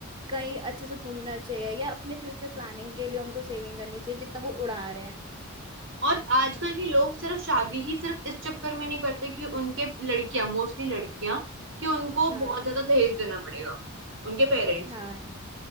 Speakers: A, on the right (about 20°); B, on the right (about 55°).
A: कहीं अच्छे से घूमना चाहिए या अपने फ्यूचर प्लानिंग के लिए उनको सेविंग करनी चाहिए जितना वो उड़ा रहे हैं
B: और आजकल के लोग सिर्फ शादी ही सिर्फ इस चक्कर में नहीं करते कि उनके लड़कियां मोस्टली लड़कियां कि उनको
A: हाँ
B: बहुत ज्यादा दहेज देना पड़ेगा उनके पेरेंट्स
A: हाँ
B: को